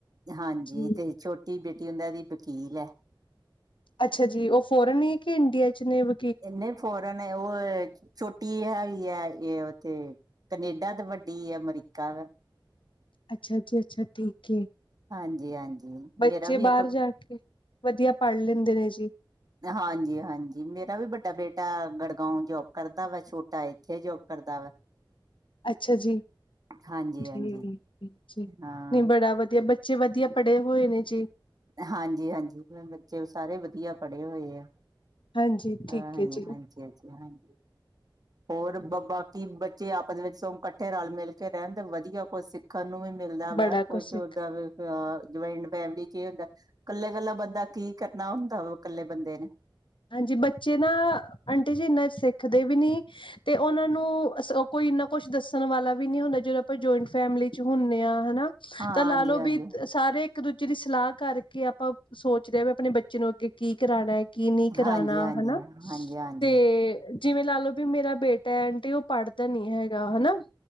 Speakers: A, on the right; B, on the left.
A: ਹਾਂਜੀ
B: ਜੀ।
A: ਤੇ ਛੋਟੀ ਬੇਟੀ ਉਨ੍ਹਾਂ ਦੀ ਵਕੀਲ ਆ।
B: ਅੱਛਾ ਜੀ, ਉਹ ਫੋਰਨ ਏ ਕਿ ਇੰਡੀਆ ਚ ਨੇ ਵ
A: ਨਹੀਂ ਫੋਰਨ ਐ, ਓ ਛੋਟੀ ਹੈਗੀ ਐ ਉੱਥੇ ਕਨੇਡਾ ਤੇ ਵੱਡੀ ਅਮਰੀਕਾ ਵਾ।
B: ਅੱਛਾ ਜੀ ਅੱਛਾ ਠੀਕ ਐ,
A: ਹਾਂਜੀ ਹਾਂਜੀ
B: ਬੱਚੇ
A: ਮੇਰਾ ਵੀ ਇੱਕ
B: ਬਾਹਰ ਜਾ ਕੇ ਵਧੀਆ ਪੜ੍ਹ ਲੈਂਦੇ ਨੇ ਜੀ।
A: ਹਾਂਜੀ ਹਾਂਜੀ, ਮੇਰਾ ਵੀ ਵੱਡਾ ਬੇਟਾ ਗੜਗਾਓ ਜੋਬ ਕਰਦਾ ਵਾ, ਛੋਟਾ ਏ ਇੱਥੇ ਜੋਬ ਕਰਦਾ ਵਾ।
B: ਅੱਛਾ ਜੀ,
A: ਹਾਂਜੀ
B: ਠੀਕ
A: ਹਾਂਜੀ
B: ਜੀ ਠੀਕ
A: ਹਾਂ
B: ਨਹੀਂ ਬੜਾ ਵਧੀਆ ਬੱ ਬੱਚੇ ਵਧੀਆ ਪੜ੍ਹੇ ਹੋਏ ਨੇ ਜੀ।
A: ਹਾਂਜੀ ਹਾਂਜੀ, ਬੱਚੇ ਸਾਰੇ ਵਧੀਆ ਪੜ੍ਹੇ ਹੋਏ ਆ।
B: ਹਾਂਜੀ
A: ਹਾਂ
B: ਠੀਕ
A: ਹਾਂਜੀ
B: ਹੈ ਜੀ
A: ਹਾਂਜੀ ਹਾਂਜੀ ਹਾਂਜੀ। ਹੋਰ ਬ ਬਾਕੀ ਬੱਚੇ ਆਪਸ ਵਿੱਚ ਸਗੋਂ ਇਕੱਠੇ ਰਲ ਮਿਲ ਕੇ ਰਹਿਣ ਦੇ ਵਧੀਆ ਕੁਛ ਸਿੱਖ ਸਿਖਣ ਨੂੰ ਵੀ ਮਿਲਦਾ ਵਾ,
B: ਬੜਾ
A: ਕੁਛ
B: ਸਿੱਖ
A: ਓਦਾਂ ਜੁਆਇੰਟ ਫੈਮਲੀ ਚ ਏ ਹੁੰਦਾ ਕੱਲੇ, ਕੱਲਾ ਬੰਦਾ ਕੀ ਕਰਨਾ ਹੁੰਦਾ ਵਾ ਕੱਲੇ ਬੰਦੇ ਨੇ
B: ਹਾਂਜੀ, ਬੱਚੇ ਨਾ ਆਂਟੀ ਜੀ ਨਸਿੱਖ ਨਾ ਸਿਖਦੇ ਵੀ ਨੀ ਤੇ ਉਹਨਾਂ ਨੂੰ ਅ ਕੋਈ ਇੰਨਾ ਕੁਛ ਦੱਸਣ ਵਾਲਾ ਵੀ ਨੀ ਹੁੰਦਾ, ਜਿਦੋਂ ਆਪਾਂ ਜਆਇੰਟ ਫੈਮਿਲੀ ਚ ਹੁੰਨੇ ਆ ਹਨਾ
A: ਹਾਂਜੀ
B: ਤਾਂ ਲਾਲੋ
A: ਹਾਂਜੀ
B: ਵੀ ਸਾਰੇ ਇੱਕ ਦੂਜੇ ਦੀ ਸਲਾਹ ਕਰਕੇ ਆਪਾਂ ਸੋਚਦੇ ਆ ਵੀ ਆਪਣੇ ਬੱਚੇ ਨੂੰ ਅੱਗੇ ਕੀ ਕਰਾਣਾ ਐ ਕੀ ਨਹੀਂ ਕਰਾਣਾ
A: ਹਾਂਜੀ ਹਾਂਜੀ
B: ਹਨਾ
A: ਹਾਂਜੀ ਹਾਂਜੀ
B: ਤੇ ਤੇ
A: ਹਾਂਜੀ
B: ਜਿਵੇਂ ਲਾਲੋੋ ਵੀ ਮੇਰਾ ਬੇਟਾ ਐ ਆਂਟੀ ਉਹ ਪੜ੍ਹਦਾ ਨੀ ਹੈਗਾ ਹਨਾ